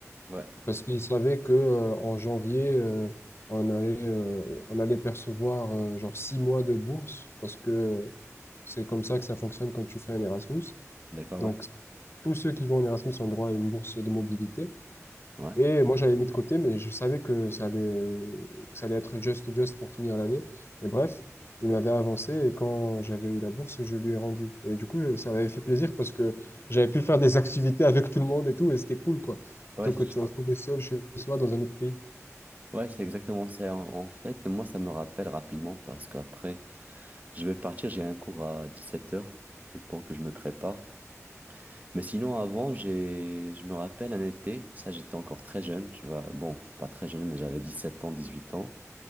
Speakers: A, on the right; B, on the left.
A: ouais.
B: Parce qu'il savait que euh, en janvier, euh, on allait, euh, on allait percevoir euh, genre six mois de bourse, parce que euh, c'est comme ça que ça fonctionne quand tu fais un Erasmus.
A: D'accord,
B: Donc,
A: ouais.
B: tous ceux qui vont en Erasmus ont droit à une bourse de mobilité.
A: Ouais,
B: Et moi, j'avais mis de côté, mais je savais que ça allait, que ça allait être just, just pour finir l'année. Et bref, il m'avait avancé et quand j'avais eu la bourse, je lui ai rendu. Et du coup, ça m'avait fait plaisir parce que j'avais pu faire des activités avec tout le monde et tout, et c'était cool, quoi.
A: ouais,
B: Plutôt
A: c'est
B: que de
A: sûr.
B: se retrouver seul chez soi dans un autre pays.
A: Ouais, c'est exactement ça. En, en fait, moi, ça me rappelle rapidement parce qu'après. Je vais partir, j'ai un cours à dix-sept heures, le temps que je me prépare. Mais sinon, avant, j'ai, je me rappelle un été, ça j'étais encore très jeune, tu vois, bon, pas très jeune, mais j'avais 17 ans, 18 ans.